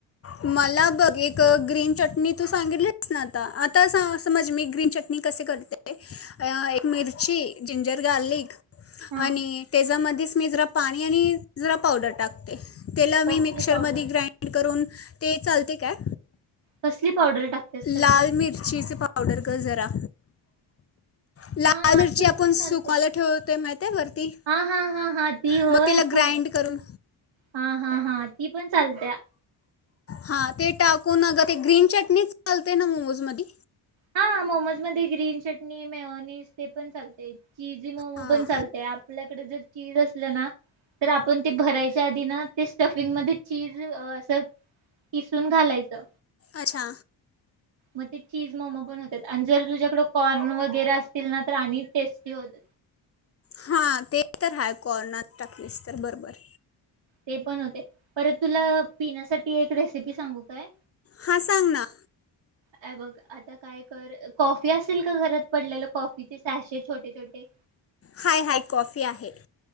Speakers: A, on the left; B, on the right.
A: मला बघ एक ग्रीन चटणी तू सांगितलीस ना आता आता समज मी ग्रीन चटणी कसे करते एक मिरची जिंजर गार्लिक
B: हा
A: आणि त्याच्यामध्ये मी जरा पाणी आणि जरा पावडर टाकते त्याला मी
B: कसली
A: मिक्सरमध्ये
B: पावडर
A: ग्राइंड करून ते चालते काय?
B: कसली पावडर टाकतेस खरं
A: लाल मिरचीचे पावडर ग जरा लाल
B: हा
A: मिरची
B: असं
A: आपण
B: पण चालते.
A: सुकावायला ठेवतोय माहित वरती
B: हा हा हा हा ती होय
A: मग त्याला ग्राईंड
B: पु-
A: करून
B: हा हा हा ती पण चालत्या.
A: हा ते टाकून ग ते ग्रीन चटणीच चालतय ना मोमोज मधी
B: हा मोमोज मध्ये ग्रीन चटणी मेऑनीज ते पण चालते. चीजी मोमो
A: हां
B: पण चालतय आपल्याकडे जर चिज असलं ना तर आपण ते भरायच्या आधी ना ते स्टफिंग मध्ये चीज असं किसून घालायचं
A: अच्छा
B: मग ते चीज मोमो पण हो तेच आणि जर तुझ्या थोडं कॉर्न वगैरे असतील ना तर आणि टेस्टी होत
A: हा ते तर हा कॉर्न नात टाकलेस तर बरबर
B: ते पण होते परत तुला पिण्यासाठी एक रेसिपी सांगू काय?
A: हां सांग ना
B: हे बघ आता काय कर कॉफी असेल का घरात पडलेलं कॉफीचे सॅशे छोटे छोटे
A: हाय हाय कॉफी आहे.